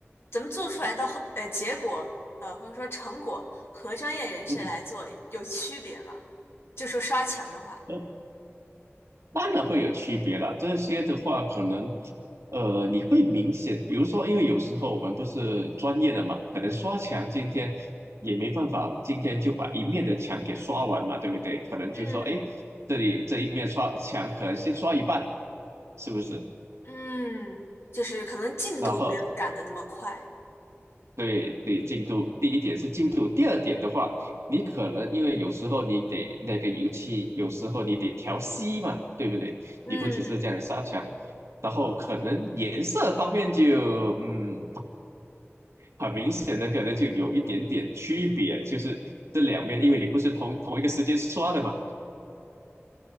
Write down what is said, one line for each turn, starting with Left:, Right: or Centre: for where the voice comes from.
Left: 咱们做出来的后呃结果呃或者说成果和专业人士来做有区别吗？
Right: 嗯。
Left: 就说刷墙的话，
Right: 嗯当然会有区别了，这些的话，可能，呃，你会明显，比如说，因为有时候我们不是专业的嘛，可能刷墙今天也没办法，今天就把一面的墙给刷完嘛，对不对？可能就说，
Left: 嗯
Right: 哎，这里这一面刷墙，可能先刷一半，是不是？
Left: 嗯，就是可能进度没有赶的那么快。
Right: 然后对对，进度第一点是进度，第二点的话，你可能因为有时候你得那个油漆，有时候你得调稀嘛，对不对？
Left: 嗯，
Right: 你不只是这样刷墙，然后可能颜色方面就嗯，很明显的可能就有一点点区别，就是这两面，因为你不是同同一个时间刷的嘛，